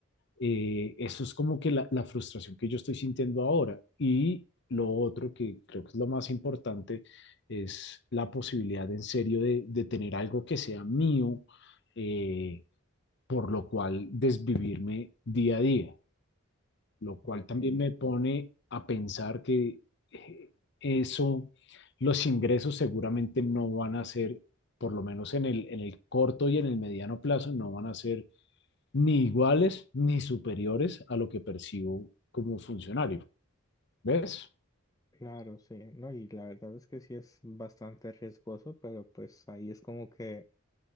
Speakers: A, on the left; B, on the left.
A: Eh, eso es como que la, la frustración que yo estoy sintiendo ahora. Y lo otro que creo que es lo más importante es la posibilidad en serio de, de tener algo que sea mío, eh, por lo cual desvivirme día a día, lo cual
B: Ok,
A: también me pone a pensar que eh, eso, los ingresos seguramente no van a ser, por lo menos en el, en el corto y en el mediano plazo, no van a ser ni iguales ni superiores a lo que percibo como funcionario. ¿Ves?
B: claro, sí, no, y la verdad es que sí es bastante riesgoso, pero pues ahí es como que